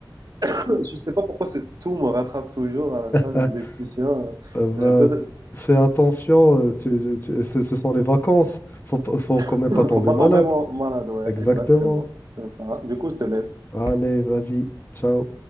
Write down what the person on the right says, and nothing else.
<laughs> je sais pas pourquoi ce tout me rattrape toujours à la fin d'une
discussion.
Je peux,
<laughs>
Faut pas
tomber mon- malade, ouais,
exactement. C'est ça. Du coup, je te laisse.